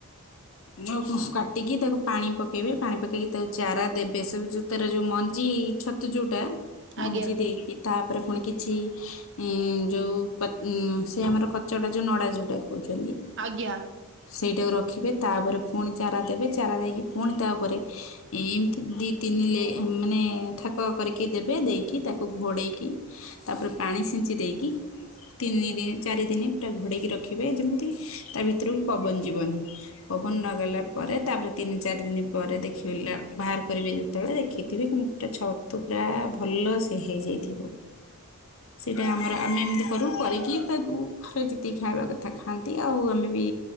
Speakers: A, on the left; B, on the right.
A: ଯୋଉ କାଟିକି ତାକୁ ପାଣି ପକେଇବେ ପାଣି ପକେଇକି ତାକୁ ଚାରା ଦେବେ ସେ ଯୋଉ ତାର ଯୋଉ ମ ମଞ୍ଜି ଛତୁ ଯୋଉଟା ମଞ୍ଜି
B: ଆଜ୍ଞା
A: ଦେଇକି ତାପରେ ପୁଣି କିଛି ଉଁ ଯୋଉ କ ସେ ଆମର କଚାଟା ଯୋଉ ନଡା ଯୋଉଟା କୋହୁଛନ୍ତି।
B: ଆଜ୍ଞା
A: ସେଇଟାକୁ ରଖିବେ, ତାପରେ ପୁଣି ଚାରା ଦେବେ, ଚାରା ଦେଇକି ପୁଣି ତାପରେ ଏମତି ଦିଇ ତିନି ଲେ <unintelligible> ମାନେ ଠାକ କରିକି ଦେବେ, ଦେଇକି ତାକୁ ଘୋଡ଼େଇକି ତାପରେ ପାଣି ଛିଞ୍ଚି ଦେଇକି ତିନି ଦିନ ଚାରିଦିନ ପୁରା ଘୋଡ଼େଇକି ରଖିବେ ଯେମିତି ତା ଭିତରୁକୁ ପବନ ଯିବନି। ପବନ ନଗଲା ପରେ ତାପରେ ତିନି ଚାରି ଦିନ ପରେ ଦେଖିବ ବାହାର କରିବେ ଯେତେବେଳେ ଦେଖିବେ। ଥିବେ କି ମୁଟା ଛତୁ ପୁରା ଭଲ ସେ ହେଇଯାଇଥିବ।
B: <unintelligible>
A: ସେଇଟା ଆମର ଆମେ ଏମିତି କରୁ କରିକି ତାକୁ ଘରେ ଯେତିକି ଖାଇବା କଥା ଖାଆନ୍ତି ଆଉ ଆମେ ବି